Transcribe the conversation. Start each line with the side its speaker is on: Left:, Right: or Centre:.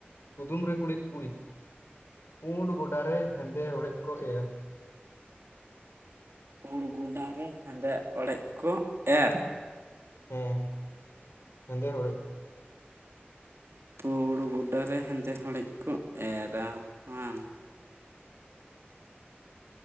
Left: ᱠᱩᱫᱩᱢ ᱨᱮ ᱠᱩᱬᱤᱫ ᱠᱩᱲᱤᱫ ᱯᱩᱸᱰ ᱜᱚᱰᱟᱨ ᱨᱮ ᱦᱮᱸᱫᱮ ᱚᱲᱮᱡ ᱠᱚ ᱮᱨ
Right: ᱯᱩᱲ ᱜᱚᱰᱟ ᱨᱮ ᱦᱮᱸᱫᱮ ᱦᱚᱲᱮᱡ ᱠᱚ ᱮᱨᱟ
Left: ᱦᱮᱸ ᱦᱮᱱᱫᱮ <unintelligible>
Right: ᱯᱩᱲ ᱜᱚᱰᱟᱨᱮ ᱦᱮᱸᱫᱮ ᱦᱚᱲᱮᱡ ᱠᱚ ᱮᱨᱟ ᱦᱟᱝ